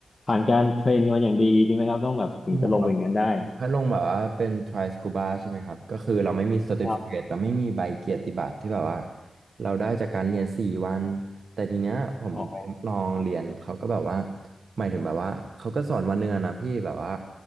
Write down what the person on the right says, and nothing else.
คือผมแบบผมแค่ลงแบบว่าเป็น try scuba ใช่ไหมครับก็คือเราไม่มี certificate
เราไม่มีใบเกียรติบัตรที่แบบว่าเราได้จากการเรียนสี่วันแต่ทีเนี้ยผมไปลองเรียนเขาก็แบบว่า
หมายถึงแบบว่าเขาก็สอนวันเนือนนะพี่แบบว่า